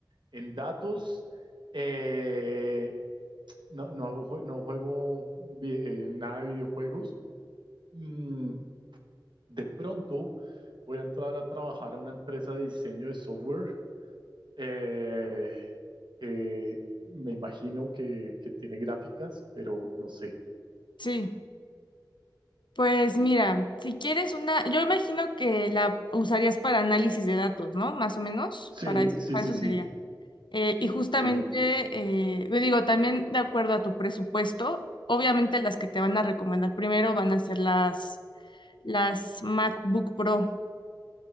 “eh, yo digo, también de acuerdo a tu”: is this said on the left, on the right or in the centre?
Left